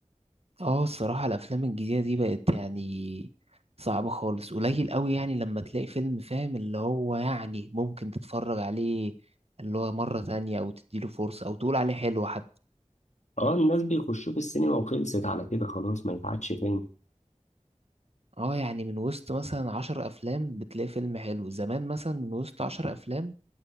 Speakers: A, on the right; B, on the left.
A: اه الصراحة الافلام الجديدة دي بقت يعني صعبة خالص قليل قوي يعني لما تلاقي فيلم فاهم اللي هو يعني ممكن تتفرج عليه اللي هو مرة تانية او تديله فرصة او تقول عليه حلو حتى
B: اه الناس بيخشوا في السينما وخلصت على كده خلاص ما يتعادش تاني
A: اه يعني من وسط مثلا عشر افلام بتلاقي فيلم حلو زمان مثلا من وسط عشر افلام